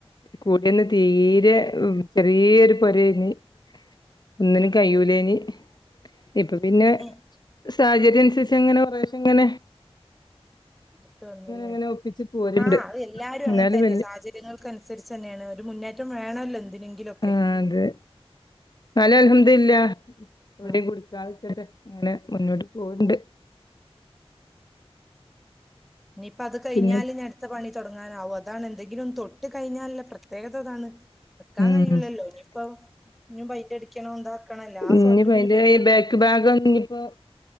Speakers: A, on the left; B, in the centre.
A: കൂടിന്ന് തീരെ ചെറിയൊരു പൊരെനി ഒന്നിനും
B: ഉം
A: കയ്യുലേനി നി ഇപ്പൊ പിന്നെ
B: ഏഹ്
A: സാഹചര്യ അനുസരിച്ച്ങ്ങനെ കുറെശെങ്ങനെ
B: എടുത്ത വന്നില്ലേ
A: അങ്ങനെ ഒപ്പിച്ച് പോരുണ്ട്
B: ആഹ് അത് എല്ലാരും അങ്ങനത്തന്നെ
A: എന്നാലും വല്യ
B: സാഹചര്യം കങ്ങൾക്ക അനുസരിച്ചന്നെണ് ഒരു മുന്നേറ്റം വേണല്ലോ എന്തിനെങ്കിലും
A: ആഹ് അതെ ന്നാലും അൽഹംദുലില്ലാഹ് എവിടെയും
B: ആഹ്
A: കുടുങ്ങാതെ അങ്ങനെ മുന്നോട്ട് പോകുണ്ട്
B: ഇഞിപ്പത് കഴിഞ്ഞാൽ
A: പിന്നെ
B: അട് ഇത്തെ പണി തുടങ്ങാനാവും അതാണ് എന്തെങ്കിലും തൊട്ട് കഴിഞ്ഞാല് പ്രത്യേകതതാണ് വെക്കാൻ
A: ഉം
B: കഴിയൂല്ലല്ലോ ഇനിയിപ്പോ ഇഞ്ഞും പൈൻ്റ് അടിക്കണം എന്താക്കണല്ലോ ആഹ്
A: ഇനിപ്പോ
B: സ്വഹലും ഇഞ്ഞു
A: അതിന്റെ
B: വരാണ്
A: ഈ ബാക്ക് ഭാഗം ഇഞിപ്പോ